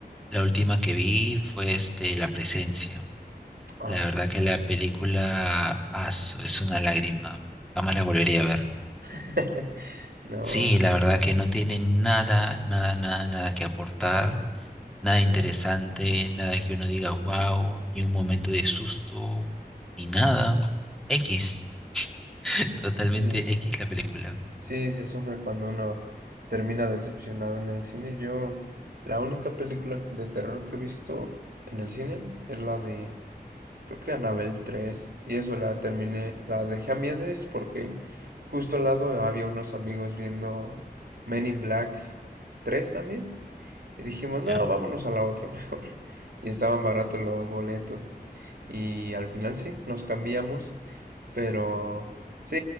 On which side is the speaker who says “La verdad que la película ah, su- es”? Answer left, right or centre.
Centre